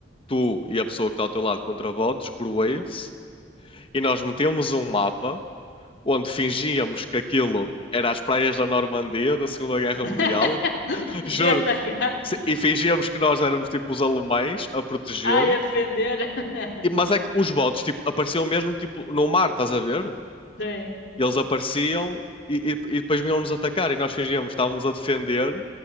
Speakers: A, on the left; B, on the left.
A: tu e a pessoa que está ao teu lado contra votos por waves. E nós metíamos um mapa onde fingíamos que aquilo era as praias da Normandia da Segunda Guerra
B: <laughs>
A: Mundial. <laughs> Juro.
B: E atacar.
A: E fingíamos que nós éramos tipo os alemães a proteger.
B: Ai, a defender. <laughs>
A: E- Mas é que os votos tipo, apareciam mesmo tipo, no mar, estás a ver?
B: Sim.
A: eles apareciam e, e, e depois vinham-nos atacar e nós fingíamos que estávamos a defender